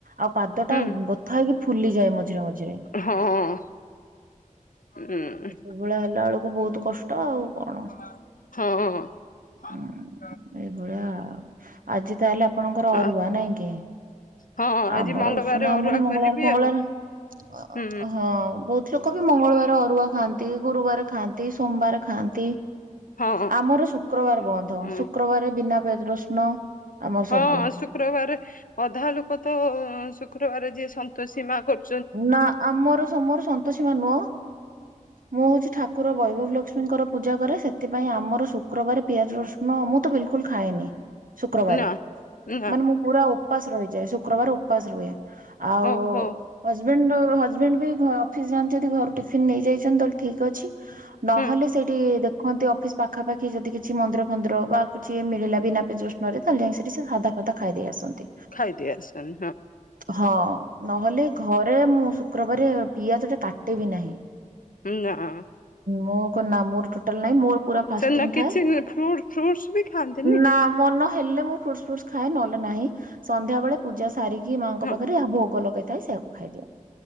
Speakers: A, on the right; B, on the left.
A: ଆଉ ପାଦ ଟା
B: ହୁଁ
A: ବଥା ହେଇକି ଫୁଲିଯାଏ। ମଝିରେ ମଝିରେ।
B: ହଁ ହଁ ହୁଁ
A: ସେଭଳିଆ ହେଲା ବେଳକୁ ବହୁତ କଷ୍ଟ ଆଉ କଣ?
B: ହଁ।
A: ଉଁ ଏଇଭଳିଆ। ଆଜି ତାହେଲେ ଆପଣଙ୍କର
B: ହଁ
A: ଅରୁଆ ନାଇଁ କି?
B: ହଁ ଆଜି
A: ଆମର
B: ମଙ୍ଗଳବାର
A: ଉଷନା ଆମର
B: ଅରୁଆ
A: ମଙ୍ଗଳବାର
B: କରିବି
A: ଫଙ୍ଗଳବାର।
B: ଆଉ ହୁଁ
A: ହଁ ବହୁତ ଲୋକ ବି ମଙ୍ଗଳବାର ଅରୁଆ ଖାଆନ୍ତି। ଗୁରୁବାର ଖାଆନ୍ତି। ସୋମବାର ଖାଆନ୍ତି।
B: ହଁ
A: ଆମର ଶୁକ୍ରବାର ବନ୍ଧ।
B: ଉଁ
A: ଶୁକ୍ରବାର ବିନା ପିଆଜ ରସୁଣ ଆମର
B: ହଁ
A: ସବୁ
B: ଶୁକ୍ରବାର ଅଧା ଲୋକ ତ ଶୁକ୍ରବାର ଯିଏ ସନ୍ତୋଷୀ ମା କରୁ
A: ନା ଆମର ସମ ମର ସନ୍ତୋଷୀ ମା ନୁହଁ। ମୁଁ ହଉଛି ଠାକୁର ବୟ ଭୁ ଲକ୍ଷ୍ମୀଙ୍କର ପୂଜା କରେ ସେଥିପାଇଁ ଆମର ଶୁକ୍ରବାର ପିଆଜ ରସୁଣ ମୁଁ ତ ବିଲକୁଲ ଖାଏନି। ଶୁକ୍ରବାର
B: ନା ନା
A: ମାନେ ମୁଁ ପୁରା ଉପାସ ରହିଯାଏ ଶୁକ୍ରବାର ଉପାସ ରୁହେ। ଆଉ
B: ହଉ ହଉ
A: ହଜବେଣ୍ଡ ହଜବେଣ୍ଡ ବି ଘ ଅଫିସ ଯାଆନ୍ତି ଯଦି ଘରୁ ଟିଫିିନ ନେଇଯାଇଛନ୍ତି ତ ଠିକ୍ ଅଛି। ନହେଲେ
B: ହୁଁ
A: ସେଇଠି ଦେଖ କୁହନ୍ତି ଅଫିସ ପାଖାପାଖି ଯଦି କିଛି ମନ୍ଦିର ଫନ୍ଦିର ବା କିଛିଏ ମିଳିଲା ବିନା ପିଆଜ ରସୁଣ ରେ ତାହେଲେ ଯାଇ ସେଠି ସେ ସାଧା ତ ଖାଇ ଦେଇ ଆସନ୍ତି
B: ଖାଇଦେଇ ଆସନି
A: ହଁ ନହେଲେ ଘରେ ମୁଁ ଶୁକ୍ରବାର ପିଆଜଟେ କାଟେବି ନାହିଁ।
B: <unintelligible>
A: ମୋ ନା ମୋର ଟୋଟାଲ ନାଇଁ ମୋର ପୁରା ଫାଷ୍ଟି
B: ସେଦିନ କିଛି
A: ଥାଏ।
B: ଫ୍ରୁଟ ଫ୍ରୁଟସ ବି ଖାଆନ୍ତିନି
A: ନା ମ ହେଲେ ମୁଁ ଫ୍ରୁଟ୍ସ ଫ୍ରୁଟ୍ସ ଖାଏ ନହେଲେ ନାହିଁ। ସନ୍ଧ୍ୟାବେଳେ ପୂଜା ସ ସାରିକି ମାଆଙ୍କ
B: ହଁ
A: ପାଖରେ ଭୋଗ ଲଗେଇଥାଏ ସେୟକୁ ଖାଇଦିଏ।